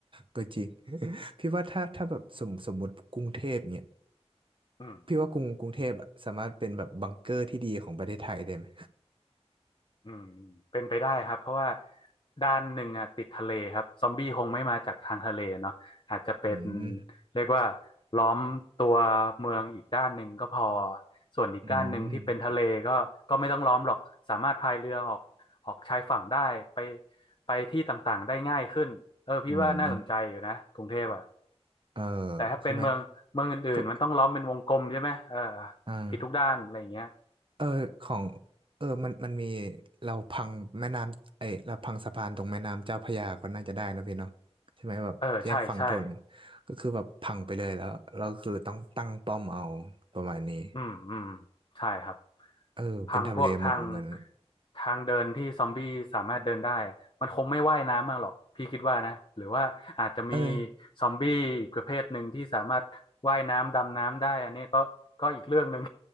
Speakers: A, on the right; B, on the left.
A: ก็จริง <laughs> พี่ว่าถ้าถ้าแบบสมสมมุติกรุงเทพเนี่ย
B: อืม
A: พี่ว่ากรุงกรุงเทพอะสามารถเป็นแบบบังเกอร์ที่ดีของประเทศไทยได้ไหม
B: อืมเป็นไปได้ครับเพราะว่าด้านหนึ่งอ่ะติดทะเลครับซอมบี้คงไม่มาจากทางทะเลเนาะอาจจะเป็น
A: อืม
B: เรียกว่าล้อมตัวเมืองอีกด้านหนึ่งก็พอส่วนอีกด้านหนึ่งที่เป็นทะเลก็ก็ไม่ต้องล้อมหรอกสามารถพายเรือออกออกชายฝั่งได้ไป
A: อืม
B: ไปที่ต่างๆได้ง่ายขึ้นเออพี่ว่าน่าสนใจอยู่นะกรุงเทพอ่ะ
A: อืมเออ
B: แต่ถ้าเป็นเมืองเมืองอื่นๆมันต้องล้อมเป็นวงกลมใช่ไหมเออ
A: ใช่ไหมก็อ่า
B: ปิดทุกด้านอะไรอย่างเงี้ย
A: เออของเออมันมันมีเราพังแม่น้ำเอ้ยเราพังสะพานตรงแม่น้ำเจ้าพระยาก็น่าจะได้นะพี่เนาะใช่ไหมแบบแยกฝั่งทน
B: เออใช่ใช่
A: ก็คือแบบพังไปเลยแล้วเราคือต้องตั้งป้อมเอาประมาณนี้
B: อืมอืมใช่ครับ
A: เออเป็นทำเลเหมาะเหมือนกัน
B: พังพวกทางทางเดินที่ซอมบี้สามารถเดินได้มันคงไม่ว่ายน้ำมาหรอกพี่คิดว่านะหรือว่าอาจจะมี
A: เออ
B: ซอมบี้อีกประเภทหนึ่งที่สามารถว่ายน้ำดำน้ำได้อันนี้ก็ก็อีกเรื่องหนึ่ง